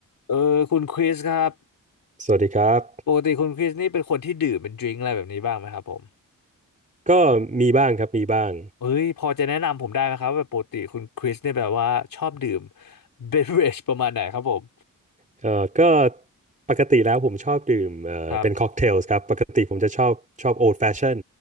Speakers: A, on the left; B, on the right.
A: เออคุณคริสครับ
B: สวัสดีครับ
A: ปกติคุณคริสนี่เป็นคนที่ดื่มเป็นดริงก์อะไรแบบนี้บ้างไหมครับผม
B: ก็มีบ้างครับมีบ้าง
A: เอ้ยพอจะแนะนำผมได้ไหมครับว่าแบบปกติคุณคริสเนี่ยแบบว่าชอบดื่ม <laughs> เบเวอเรจประมาณไหนครับผม
B: เอ่อก็ปกติแล้วผมชอบดื่มเอ่อเป็นค็อกเทลส์ครับปกติผมจะชอบชอบโอ
A: ครับ
B: d แฟชั่น